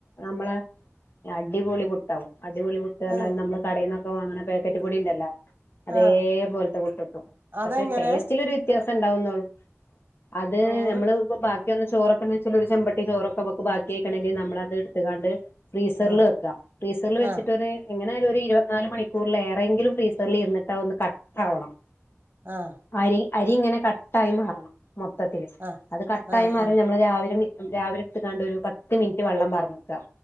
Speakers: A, on the left; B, on the right.
A: നമ്മള അടിപൊളി പുട്ടാവും അടിപൊളി പൊട്ടുക
B: ഏഹ്
A: നമ്മ കടയിന്നക്കെ വാങ്ങണ പാക്കറ്റ് പൊടിയ ണ്ടല്ലോ ' അതേപോലത്തെ
B: ആഹ്
A: പുട്ടിട്ടു
B: അതെങ്ങനെ
A: പക്ഷെ ടേസ്റ്റിലൊരു വ്യത്യാസം ഉണ്ടാവുന്നുോള്ളു അത്
B: ചോറ്
A: നമ്മള് ഇപ്പ ചോൊക്കെന്ന് വെച്ചാല് ഒരു ചെമ്പട്ട ചോറൊക്കെമുക്ക് ബാക്കിക്കണമെങ്ക നമ്മളത് എട്ത്തക്കാണ്ട് ഫ്രീസറിൽ
B: ആഹ്
A: വെക്കാം ഫ്രീസറിൽ വെച്ചിട്ട്ര്
B: ആഹ്
A: ഒര് എങ്ങനെയാലും ഒരു ഇരുപത്തിനാല് മണിക്കൂറൽ ഏറെങ്കിലും ഫ്രീസറിൽ ഇരിട്ട്ാ ഒന്ന് കട്ട് ആാവണം
B: ആഹ
A: അരി അരി ഇങ്ങനെ കട്ടായി മാറണം മൊത്തത്തില്
B: ആഹ്
A: അത് കട്ടായി മാറിഞ്
B: ആഹ്
A: നമ്മള് രാവിലെ രാവിലെ കണ്ട് ഒരു പത്ത് മിനിറ്റ് വെള്ളം പറന്നക്കാം